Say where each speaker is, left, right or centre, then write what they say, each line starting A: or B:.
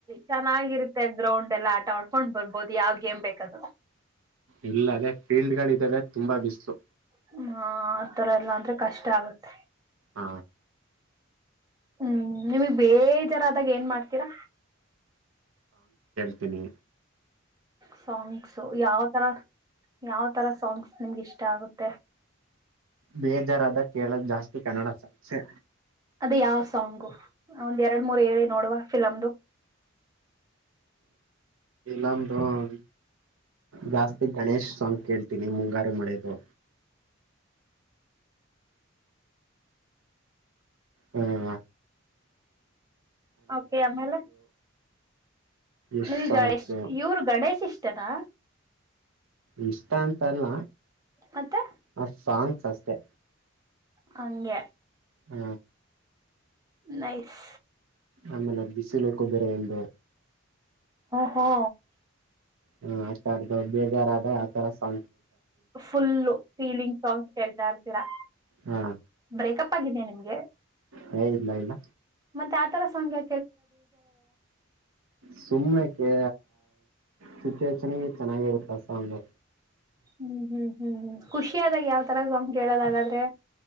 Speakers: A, on the right; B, on the right.
A: ಚೆನ್ನಾಗಿರುತ್ತೆ ಗ್ರೌಂಡ್ ಎಲ್ಲಾ ಆಟ ಆಡ್ಕೊಂಡ್ ಬರ್ಬೋದು ಯಾವ್ ಗೇಮ್ ಬೇಕಾದ್ರು
B: ಇಲ್ಲ ಅದೇ ಫೀಲ್ಡ್ ಗಳಿದಾವೆ ತುಂಬಾ ಬಿಸ್ು
A: ಹ್ಮ ಆತರ ಎಲ್ಲಾ ಅಂದ್ರೆ ಕಷ್ಟ ಆಗತ್ೆ
B: ಹಾ
A: ಹ್ಮ್ ನೀವಗ್ ಬೇಜಾರ ಆದಾಗ ಏನ್ ಮಾಡ್ತೀರಾ
B: ಇನ್ನ
A: ಸಾಂಗ್ಸು ಯಾವತರ ಯಾವ್ ತರ ಸಾಂಗ್ಸ್ ನಿಮ್ಗೆ ಇಷ್ಟ ಆಗುತ್ತೆ
B: ಬೇಜಾರಾದಾಗ ಕೇಳ ಜಾಸ್ತಿ ಕನ್ನಡ ಸಾಸೆ
A: ಅದೇ ಯಾವ್ ಸಾಂಗು ಒಂದ್ ಎರಡ್ ಮೂರ್ ಹೇಳಿ ನೋಡುವ ಫಿಲಮ್ದ
B: ಇಲಾಮಧನ್ ಜಾಸ್ತಿ ಗಣೇಶ್ ಸಾಂಗ್ ಕೇಳ್ತೀನಿ ಮುಂಗಾರು ಮಳೆದು ಹಾ
A: ಕೆ ಆಮೇಲೆ
B: ಎಷ್ಟು
A: ಈಗ
B: ಸಾಂಗ್ಸ್
A: ಎಷ್ಟ ಇವರು ಗಣೇಶ್ ಇಷ್ಟ ಇತನಾ
B: ಇಷ್ಟ ಅಂತಲ್ಲ
A: ಮತ್ತೆ
B: ಆ ಸಾಂಗ್ಸ್ ಅಷ್ಟತೆ
A: ಹಂಗೆ
B: ಹ್ಮ
A: ನಸ್
B: ಆಮೇಲೆ ಬಿಸಿಲ ಕದರ ಒಂದು
A: ಹೋ
B: ಹ ಆತ್ದ ಬೇಜಾರದ ಆತರ ಸಾ
A: ಫುಲ್ಲು ಫೀಲಿಂಗ್ ಸಾಂಗ್ಸ್ ಕೇಳ್ತಾ ಇರ್ತೀರಾ
B: ಹಾ
A: ಬ್ರೇಕಪ್ ಆಗಿದೆಿ ನಿಮ್ಗೆ
B: ಹ ಇಲ್ಲ ಇಲ್ಲ
A: ಮತ್ತೆ ಆ ತರ ಸಂಖ್ಯಾ
B: ಸುನೆಕ್ಕೆ ಸಿಚುವೇಷನ್ಗೆ ಚೆನ್ನಾಗಿರುತ್ತಾ ಸಾಮರ್
A: ಹ್ಮ್ ಹ್ಮ್ ಹ್ಮ್ ಹ್ಮ್ ಖುಷಿ ಆದಾಗ ಯಾವ್ ತರ್ ಕೇಳೋದ ಹಾಗಾದ್ರೆ